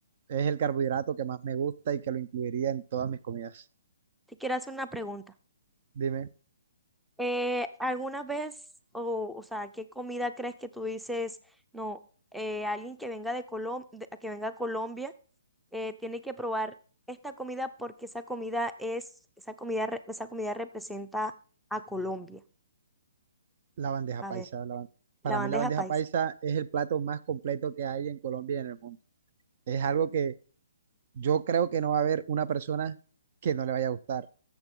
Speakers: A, on the right (about 45°); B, in the centre.
A: es el carbohidrato que más me gusta y que lo incluiría en todas mis comidas.
B: Te quiero hacer una pregunta.
A: Dime,
B: Eh, ¿alguna vez, o, o sea, qué comida crees que tú dices, no, eh, alguien que venga de Colom- de- que venga a Colombia eh, tiene que probar esta comida porque esa comida es, esa comida, re- esa comida representa a Colombia?
A: la bandeja
B: A
A: paisa.
B: ver,
A: la ban- para
B: la bandeja
A: mí la bandeja
B: paisa.
A: paisa es el plato más completo que hay en Colombia y en el mundo. Es algo que yo creo que no va a haber una persona que no le vaya a gustar.